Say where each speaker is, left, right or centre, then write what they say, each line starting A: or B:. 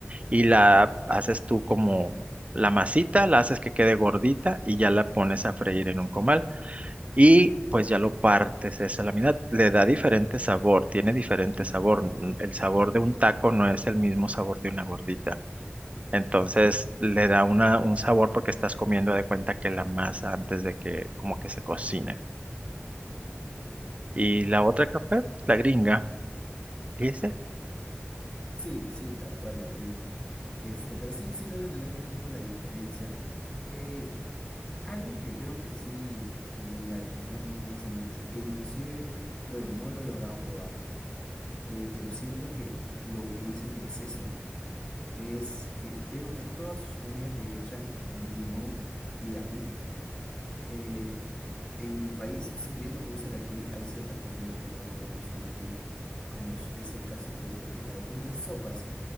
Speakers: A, on the right; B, on the left.
A: y la haces tú como la masita, la haces que quede gordita y ya la pones a freír en un comal. Y pues ya lo partes esa lámina, le da diferente sabor, tiene diferente sabor. n- El sabor de un taco no es el mismo sabor de una gordita. Entonces le da una, un sabor porque estás comiendo de cuenta que la masa antes de que como que se cocine. Y la otra
B: Ah,
A: que fue, la gringa, dice.
B: sí, sí, tal cual, la gringa. Este, pero sí, sí logro entender un poco la diferencia. Eh, algo que veo que sí, la cocina mexicana hace mucho, que inclusive, bueno, no lo he logrado probar, eh, pero siento que lo utiliza en exceso, es que veo que a todas sus comidas le echan limón y ají. Eh, en mi país, si bien nos gusta el ají, hay ciertas comidas que no comemos con ají, como s- es el caso pues de algunas sopas,